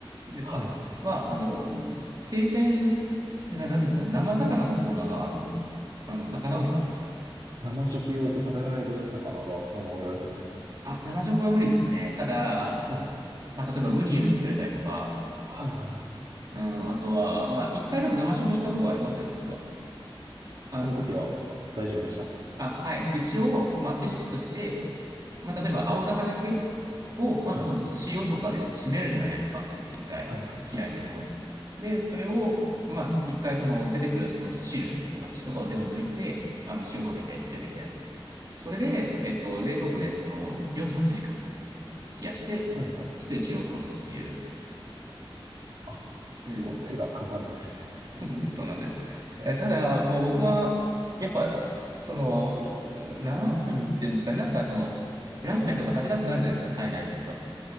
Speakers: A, on the right; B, on the right.
A: ですかは、
B: はい。
A: あの、生鮮、な、なんていうんですか、生魚のコーナーがあるんですよ。あの、魚売り場。
B: あ、生食用で食べられる魚がそのまま売られてるんですか
A: あ、生食は無理ですね。ただ、
B: あ、そうなんですね。
A: まあ、例えばムニエル作れたりとか、
B: はいはいはい。
A: うん、あとは、まあ、一回でも生食したことありますよ、実は。あの、
B: その時は大丈夫でした。
A: あ、はい。一応、まあ、知識として、まあ、例えば、青魚系を、まずその塩とかで締めるじゃないですか。
B: はい。
A: 一回、
B: はいはいはいはい。
A: 開いてもの。で、それを、まあ、一回、その、出てくるその汁とか血とかを全部抜いて、
B: はい。
A: あの、塩かけて出てきたやつ。
B: はい
A: それで、えっと、冷凍庫で、その、48時間冷やして、
B: はいはい。
A: 寄生虫を殺すっていう、
B: あ、
A: そういう
B: 結構手がかかるんですね。
A: そうなんです、そうなんです。
B: え
A: え、ただ、もう僕は、
B: ー、
A: やっぱ、その、なんていうんですか、なんかその、ラーメンとか食べたくなるじゃないですか、海外にいると。